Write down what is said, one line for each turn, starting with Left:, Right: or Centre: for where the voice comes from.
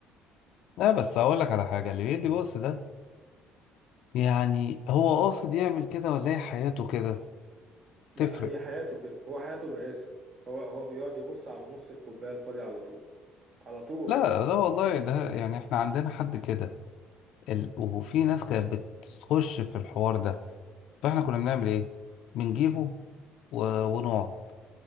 Left: لا بس هقول لك على حاجة اللي بيدي بص ده يعني هو قاصد يعمل كده ولا هي حياته كده
Right: لا
Left: تفرق
Right: هي حياته كده هو حياته بائسة هو هو بيقعد يبص على نص الكوباية الفاضية على طول على طول
Left: لا لا والله ده يعني احنا عندنا حد كده ال... وفي ناس كانت بتخش في الحوار ده فاحنا كنا بنعمل ايه بنجيبه و... ونقعد